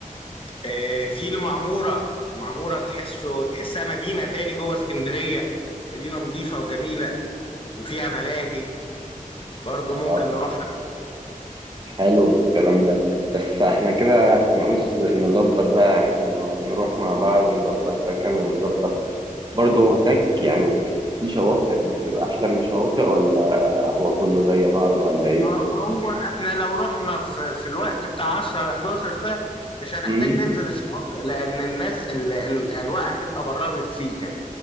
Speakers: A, on the left; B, on the right.
A: آه، في المعموره المعموره تحسه تحسها مدينه تاني جوه اسكندريه مدينه نظيفه وجميله وفيها ملاهي برضه
B: اه
A: ممكن نروحها
B: حلو الكلام ده بس احنا كده هنعوز نظبط بقى احنا لو هنروح مع بعض ونظبط سكن ونظبط برضه هناك يعني في شواطئ بتبقى أحلى من شواطئ ولا هو كله زي بعض ولا إيه؟
A: آه، هو احنا لو رحنا في في الوقت بتاع 10 ل 11 ده مش هنحتاج
B: امم
A: ننزل الشواطئ لان الناس ال- الاجواء هتبقى برادة سيكا